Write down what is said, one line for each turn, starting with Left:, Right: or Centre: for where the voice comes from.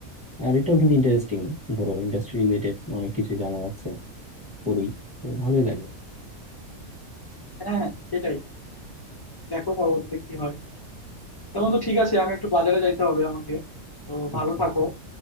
Centre: আর এটাও কিন্তু ইন্টারেস্টিং ধরো ইন্ডাস্ট্রি রিলেটেড অনেক কিছু জানা যাচ্ছে পড়ি তো ভালোই লাগে
Left: হ্যাঁ হ্যাঁ সেটাই দেখো পরবর্তীতে কি হয় তো বন্ধু ঠিক আছে আমি একটু বাজারে যাইতে হবে আমাকে তো
Centre: আচ্ছা
Left: ভালো থাকো
Centre: আচ্ছা